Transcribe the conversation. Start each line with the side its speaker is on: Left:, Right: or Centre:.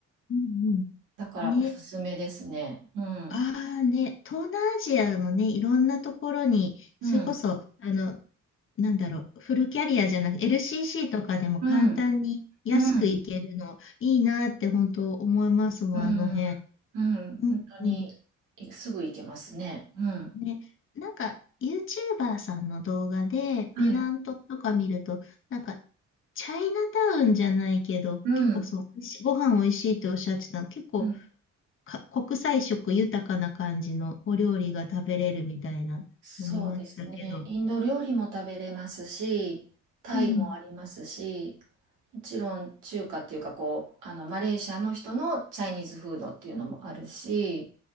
Left: うん
Right: だからおすすめですね。
Left: うん。ね、
Right: うん、
Left: ああね、東南アジアのね、いろんなところに、
Right: うん
Left: それこそ、あの、なんだろう、フルキャリアじゃなくて、LCC とかでも簡単に安く行けるの、
Right: うんうん
Left: いいなって本当思いますもん、
Right: うん
Left: あの辺。
Right: うん本当にいすぐ行けますね。
Left: うんうん。
Right: うん、
Left: ね、なんか、YouTuber さんの動画で、
Right: はい、
Left: ペナントとか見ると、なんか、チャイナタウンじゃないけど、
Right: うん
Left: 結構そう、しご飯美味しいっておっしゃってたの、結構
Right: うん、
Left: か、国際色豊かな感じのお料理が食べれるみたいなの見ましたけど。
Right: そうですね。インド料理も食べれますし、タイもありますし、
Left: うん、
Right: もちろん中華っていうかこう、あの、マレーシアの人のチャイニーズフードっていうのもあるし、